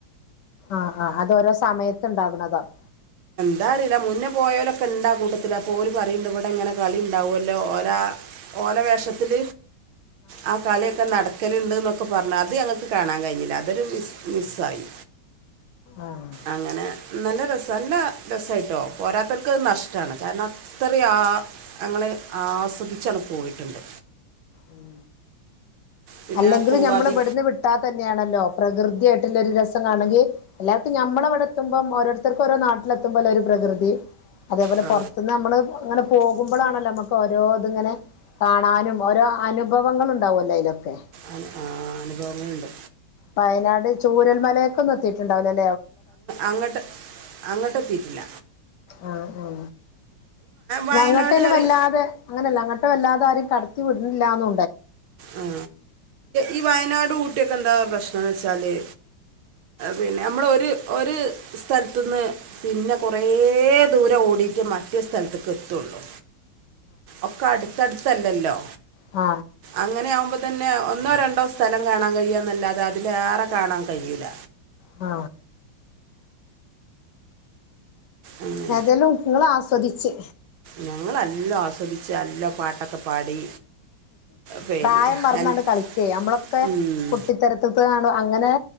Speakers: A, on the left; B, on the right.
A: ആഹ ആഹ അത്‌ ഓരോ സമയത്ത് ഉണ്ടാകണതാണ്
B: അതറിയില്ല, മുൻപ് പോയവരൊക്കെ ഉണ്ട് ആ കൂട്ടത്തില്. അപ്പോൾ പറയുന്നുണ്ട്, ഇവിടെ ഇങ്ങനെ കളിയുണ്ടാകുമല്ലോ ഓല അവരുടെ വേഷത്തിൽ ആ കളികളൊക്കെ നടക്കുന്നുണ്ടെന്നു ഒക്കെ അതൊക്കെ പറഞ്ഞു, അത് ഞങ്ങൾക് കാണാൻ കഴിഞ്ഞില്ല. അതൊരു മിസ്സായി
A: ആഹ്
B: അങ്ങനെ നല്ല രസ നല്ല രസമായിട്ടോ പോരാത്തവർക്ക്ത് നഷ്ടമാണ് കാരണം അത്ര ആ ആസ്വദിച്ചാണ് പോയിട്ടുണ്ട്
A: ഉം
B: പിന്നെ
A: അല്ലെങ്കിൽ
B: കുർവാദി
A: നമ്മ ഇവിടുന്ന് വിട്ടാ തന്നെയണല്ലോ പ്രകൃതിയായിട്ടുള്ള ഒരു രസം ആണെങ്കിൽ എല്ലാവർക്കും നമ്മള അവിടെ എത്തുമ്പം ഓരോരുത്തർക്ക് ഓരോ നാട്ടിലെത്തുമ്പോല്ല ഒരു പ്രകൃതി അതേപോലെ
B: ആ
A: പുറത്തുന്ന് നമ്മള് ഇങ്ങോട് പോകുമ്പോഴാണല്ലോ നമുക്ക് ഓരോ ഇതിങ്ങനെ കാണാനും ഓരോ അനുഭവങ്ങൾ ഉണ്ടാവുമല്ലോ അതിലൊക്കെ
B: അ ആ അനുഭവങ്ങുണ്ട്
A: വയനാട് ചൂരൽമലയൊക്കെ ഒന്നും എത്തിയിട്ടുണ്ടാവില്ല
B: അങ്ങട്ട് അങ്ങട്ട് എത്തിട്ടില്ല
A: ആ ആ
B: വയനാട്
A: അങ്ങട്ട് അന്
B: അറിയ
A: വല്ലാതെ അങ്ങനെയല്ല അങ്ങട്ട് വല്ലാതെ ആരും കട വിടില്ലാന്നു
B: ആ ഈ വയനാട് ഊട്ടിയൊക്കെ എന്താ പ്രശ്നന്ന് വെച്ചാല് പിന്നെ നമ്മൾ ഒര് ഒരു സ്ഥലത്തു നിന്ന് പിന്നെ കൊറേ ദൂരം ഓ ഡിറ്റ് മറ്റേ സ്ഥലത്തേക്ക് എത്തുള്ളൂ ഒക്കെ അടുത്തടുത്തല്ലല്ലോ
A: ആ
B: അങ്ങനെ ആകുമ്പോൾ തന്നെ ഒന്നോ രണ്ടോ സ്ഥലം കാണാൻ കഴിയുക എന്നല്ലാതെ അതിലേറെ കാണാൻ കഴിയില്ല
A: ആ
B: അങ്ങനെ
A: ഏതെലും ഉപ്പുള ആസ്വദിച്ച്
B: ഞങ്ങളെല്ലാം ആസ്വദിച്ച് എല്ലാം പാട്ടൊക്കെ പാടി പിന്നെ
A: പ്രായം മറന്നാണ്ട്
B: എൽ-
A: കളിക്കേ നമ്മളൊക്കെ
B: ഉം.
A: കുട്ടിത്തരത്ത് കാണ അങ്ങനെ